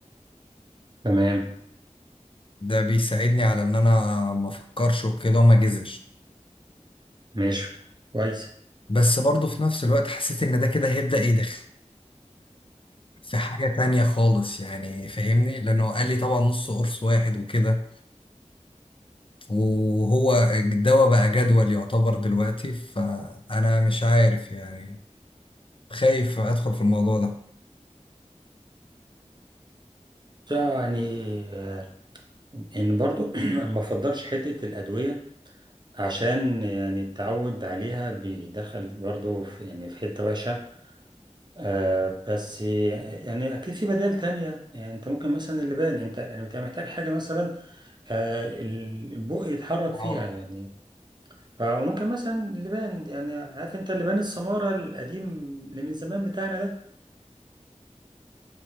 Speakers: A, on the right (about 35°); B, on the left (about 45°).
A: تمام
B: ده بيساعدني على ان انا ما افكرش وكده وما اجزش
A: ماشي كويس
B: بس برضه في نفس الوقت حسيت ان ده كده هيبدأ يدخلني في حاجة تانية خالص يعني فاهمني لانه قال لي طبعا نص قرص واحد وكده وهو الدواء بقى جدول يعتبر دلوقتي فانا مش عارف يعني خايف ادخل في الموضوع ده
A: يعني آه، ان برضو <clears throat> ما بفضلش حتة الأدوية عشان يعني التعود عليها بيدخل برضو في يعني في حتة وحشة آه بس يعني اكيد في بدائل تانية يعني انت ممكن مثلا اللبان انت يعني انت محتاج حاجة مثلا آه البق يتحرك فيها
B: اه
A: يعني فممكن مثلا اللبان يعني عارف انت اللبان السمارة القديم اللي من زمان بتاعنا ده